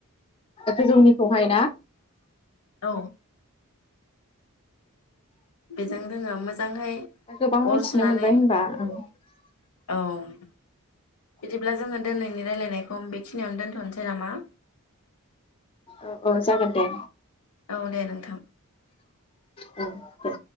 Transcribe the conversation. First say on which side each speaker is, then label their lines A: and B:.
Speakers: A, on the left; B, on the left.
A: गोजौनिखौहाय ना
B: औ बेजों जोङो मोजांहै
A: दा गोबां
B: अर
A: मिथिनो
B: सुनानै
A: मोनबाय होनबा ओं
B: औ बिदिब्ला जोङो दोनैनि रायलायनायखौ बेखिनियावनो दोन्थ'नोसै नामा
A: औ औ जागोन दे
B: औ दे नोंथां
A: औ दे